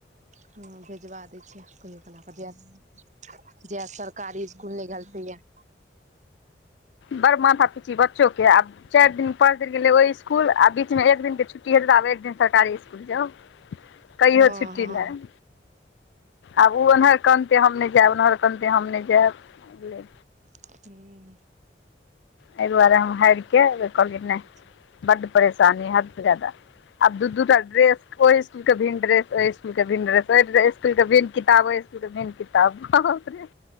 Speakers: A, on the right; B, on the left.
A: हँ भेजबा दै छियै, कहियो क ल कऽ द जेया सरकारी स्कूल नै गेल तईया।
B: बर माथा पीची बच्चो के आब चारि दिन पढ़ देल गेलै ओहि स्सकुल आ बीच मे एक दिन के छुट्टी हेत आ एक दिन सरकारी स्कुल जा कहियो
A: हँ
B: छुटी
A: हँ
B: नहि। आब ओ ओमहर कनते हम नहि जायब ओयहर कनिते हम नहि जायब
A: हुं।
B: एहि दुआरे हम हारि के कहलियै नहि
A: दै छै
B: बड परेशानी हद से जादा आब दू दूटा ड्रेस ओहि स्कुल के भिन्न ड्रेस ओहि स्कुल के भिन् ड्रेस स्कुल के भिन् किताब ओकर भिन किताब बाप रे